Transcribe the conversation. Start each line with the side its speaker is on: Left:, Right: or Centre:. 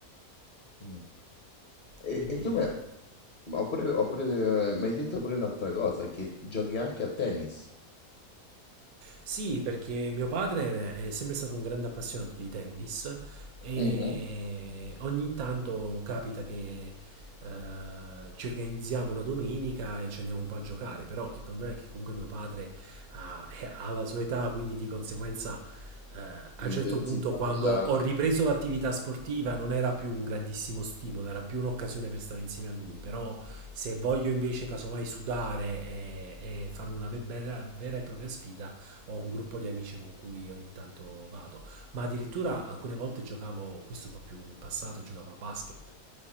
Left: Mm.
Right: Quindi
Left: E, e tu mi ma ho pure- ho pure- mi hai detto pure un'altra cosa, che giochi anche a tennis,
Right: Sì, perché mio padre è sempre stato un grande appassionato di tennis e
Left: Mhm.
Right: ogni tanto capita che eh, ci organizziamo una domenica e ci andiamo un po' a giocare, però il problema è che comunque mio padre ha, <laughs> ha la sua età, quindi di conseguenza eh, a
Left: l'intensità
Right: un certo punto quando
Left: della...
Right: ho ripreso l'attività sportiva non era più un grandissimo stimolo, era più un'occasione per stare insieme a lui, però se voglio invece casomai sudare e, e fare una ve- vera vera e propria sfida, ho un gruppo di amici con cui ogni tanto vado, ma addirittura alcune volte giocavo, questo un po' più in passato, giocavo a basket